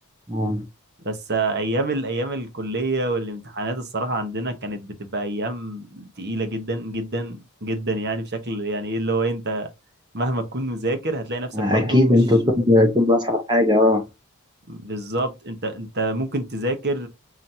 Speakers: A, on the right (about 20°); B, on the right (about 50°).
A: اه
B: بس آه، ايام الايام الكليه والامتحانات الصراحه عندنا كانت بتبقى ايام تقيله جدا جدا جدا يعني بشكل يعني ايه اللي هو انت مهما تكون مذاكر هتلاقي نفسك
A: اكيد
B: برضو مش
A: انت طب طب اصعب حاجة اه
B: بالظبط انت انت ممكن تذاكر